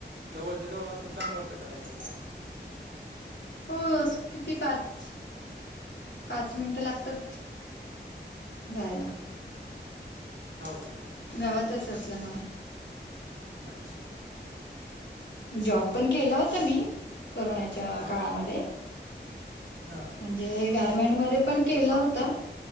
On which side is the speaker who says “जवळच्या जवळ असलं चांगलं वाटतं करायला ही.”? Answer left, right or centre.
Right